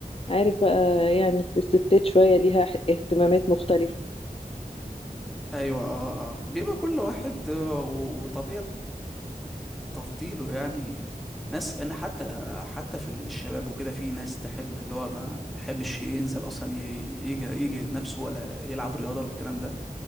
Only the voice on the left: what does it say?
عارف بقى يعني الستات شوية ليها ح- اهتمامات مختلفة